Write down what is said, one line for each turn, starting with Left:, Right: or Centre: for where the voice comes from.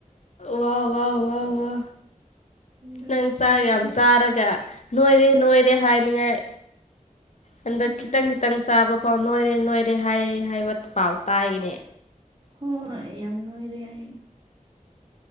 Left: ꯋꯥ ꯋꯥ ꯋꯥ ꯋꯥ
Right: ꯕꯇꯔꯐ꯭ꯂꯥꯏ
Left: ꯅꯪ
Right: ꯍꯥꯏꯌꯣ
Left: ꯌꯥꯝ ꯆꯥꯔꯒ ꯅꯣꯏꯔꯦ ꯅꯣꯏꯔꯦ ꯍꯥꯏꯅꯤꯡꯉꯥꯏ ꯍꯟꯗꯛ
Right: ꯎꯝ
Left: ꯈꯤꯇꯪ ꯈꯤꯇꯪ ꯆꯥꯕ ꯑꯣ ꯅꯣꯏꯔꯦ ꯅꯣꯏꯔꯦ ꯍꯥꯏꯌꯦ ꯍꯥꯏꯕ ꯄꯥꯎ ꯇꯥꯏꯅꯦ
Right: ꯍꯣꯢ ꯌꯥꯝ ꯅꯣꯢꯔꯦ ꯑꯩ